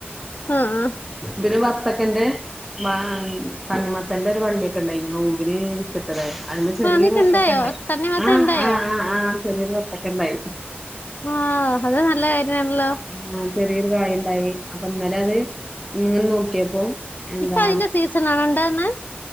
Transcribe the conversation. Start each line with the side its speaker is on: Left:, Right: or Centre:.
Left: ആഹ് ആഹ്
Centre: പിന്നെ വത്തക്കന്റെ മ തണ്ണിമത്തന്റെ ഒരു വള്ളി ണ്ടായിന്ന് <unintelligible> അതിമ്മെ ചെറിയൊരു
Left: ആ എന്നിട്ട്
Centre: വത്തക്കണ്ട്
Left: ഇണ്ടായോ തണ്ണിമത്തൻ
Centre: ആ
Left: ഇണ്ടായോ
Centre: ആ ആ ആ ചെറിയൊരു വത്തക്കയുണ്ടായി
Left: ആഹ് അത് നല്ല കാര്യാണല്ലോ
Centre: ആഹ് ചെറിയൊരു കായുണ്ടായി അപ്പൊ ഇന്നലെ അത് ഇങ്ങനെ നോക്കിയപ്പോ എന്താ
Left: ഇപ്പൊ അതിന്റെ സീസൺ ആണൊ ഉണ്ടാകുന്നെ